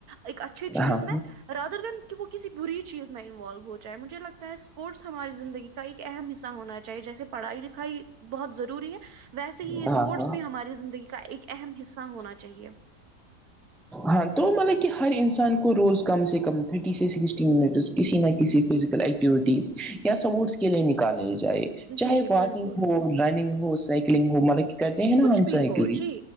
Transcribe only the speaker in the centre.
ہاں
ہاں
ہاں
ہاں تو مطلب کہ ہر انسان کو روز کم سے کم تھرٹی سے سکسٹی منٹ کسی نہ کسی فزیکل یا سپورٹس کے لیے نکالنی چاہیے چاہے
واکنگ
ہو رننگ ہو سائکلنگ ہو ملا کرتے ہیں
نا ہم
سائیکلنگ